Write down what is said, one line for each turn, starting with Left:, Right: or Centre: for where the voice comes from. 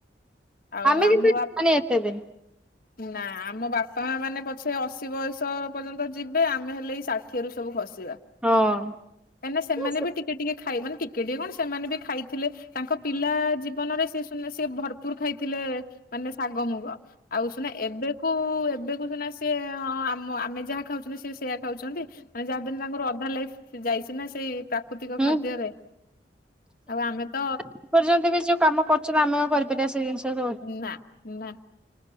Left: ଆଉ
Centre: ଆମେ
Left: ଆମ
Centre: କିନ୍ତୁ <inaudible>
Left: ବା
Centre: ଏତେ ତେ
Left: ନା ଆମ ବାପା ମା ମାନେ ପଛେ ଅଶି ବୟସ ପର୍ଯ୍ୟନ୍ତ ଯିବେ ଆମେ ହେଲେ ଏଇ ଷାଠିଏ ରୁ ସବୁ ଖସିବା।
Centre: ହଁ।
Left: କାଇନା ସେମାନେ
Centre: ହୁଁ
Left: ବି ଟିକେ ଟିକେ ଖାଏ ମାନେ ଟିକେ ଟିକେ କଣ ସେମାନେ ବି ଖାଇଥିଲେ ତାଙ୍କ ପିଲା ଜୀବନରେ ସେ ସୁନା ଭରପୁର ଖାଇଥିଲେ ମାନେ ଶାଗ ମୁଗ। ଆଉ ସୁନା ଏବେକୁ ଏବେକୁ ସୁନା ସିଏ ହଁ ଆମ ଆମେ ଯାହା ଖାଉଛନ୍ତି ସେ ସେୟଆ ଖାଉଚନ୍ତି। ମାନେ ଯାହାବି ହେନେ ତାଙ୍କର ଅଧା ଲାଇଫ ଯାଇଛି ନା ସେଇ ପ୍ରା କୃତିକ
Centre: ହୁଁ
Left: ଖାଦ୍ୟରେ ଆଉ ଆମେ ତ
Centre: ଏପର୍ଯ୍ୟନ୍ତ ବି ଯୋଉ କାମ କରୁଚନ୍ତି ଆମେ ଆଉ କରିପାରିବା ସେ ଜିନଷ ସ
Left: ନା ନା